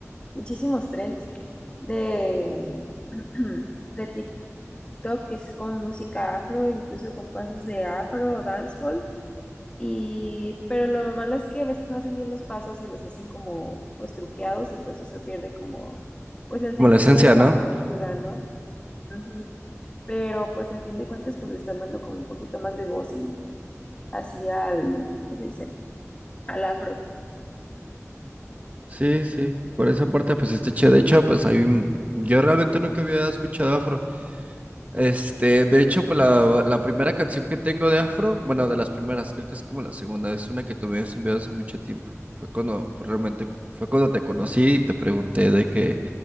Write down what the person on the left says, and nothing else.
muchísimos trends de, <clears throat> de TikTok que es con música afro, incluso con pasos de afro o dancehall. Y, pero lo malo es que a veces no hacen bien los pasos y los hacen como, pues, truqueados y pues eso pierde como, pues, el
sentido
de la
cultura, ¿no? Ujú. Pero, pues, a fin de cuentas, pues, le están dando como un poquito más de voz y así al, ¿cómo se dice? Al afro.